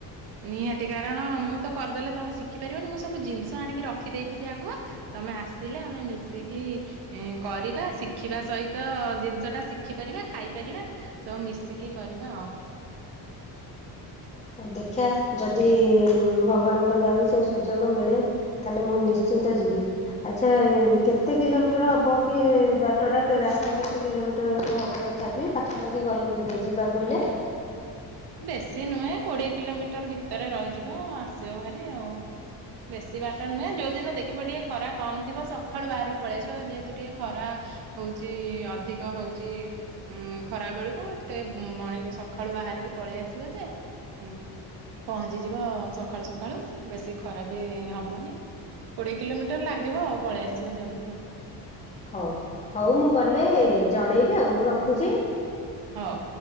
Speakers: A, on the right; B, on the left.
A: ନିହାତି। କାରଣ ମୁଁ ତ କରିଦେଲେ ତମେ ଶିଖି ପାରିବନି। ମୁଁ ସବୁ ଜିନିଷ ଆଣିକି ର ଖି ଦେଇଥିବି ଆଗୁଆ। ତମେ ଆସିଲେ ଆମେ ମିଶିକି। ଏଁ କରିବା। ଶିଖିବା ସହିତ। ଜିନିଷଟା ଶିଖି ପାରିବା। ଖାଇ ପାରିବା। ସବୁ ମିଶିକି କରିବା ଆଉ।
B: ହଉ ଦେଖିଆ ଯଦି ଭଗବାନଙ୍କ ଦୟାରୁ ସେ ସୁଯୋଗ ମିଳେ। ତାହେଲେ ମୁଁ ନିଶ୍ଚିନ୍ତ ଯିବି। ଆଚ୍ଛା। ଏ କେତେ କିଲୋମିଟର ହବ କି ଏ ବାଟ ଟା କେ ରାସ୍ତା କେତେ କିଲୋମିଟର ଏଇଠୁ ହବ। ତଥାପି ପାଖାପାଖି ଗଲ ଯିବାକୁ ହେଲେ?
A: ବେଶୀ ନୁହେଁ। କୋଡିଏ କିଲୋମିଟର ଭିତରେ ରହିଯିବ। ଆସିବ ଭାରି ଆଉ। ବେଶୀ ବାଟ ନୁହେଁ। ଯୋଉ ଦିନ ଦେଖିବ ଟିକେ ଖରା କମ୍ ଥିବ। ସକାଳୁ ବାହାରିକି ପଳେଇ ଆସିବ। ଯେହେତୁ ଟିକେ ଖରା। ହୋଉଚି ଅଧିକ ହଉଚି। ଉଁ ଖରା ବେଳକୁ ତେ ମର୍ଣି ସଖାଳୁ ବାହାରିକି ପଳେଇ ଆସିବ। ଯେ ଉଁ। ପହଞ୍ଚି ଯିବ ସକାଳୁ ସକାଳୁ। ବେଶୀ ଖରା ବି ହବନି। କୋଡିଏ କିଲୋମିଟର ଲାଗିବ ଆଉ। ପଳେଇ ଆସିବ ଜଲ୍ଦି ଆଉ।
B: ହଉ। ହଉ ମୁଁ ଗଲେ ଜଣେଇବି ଆଉ ମୁଁ ରଖୁଛି।
A: ହଉ।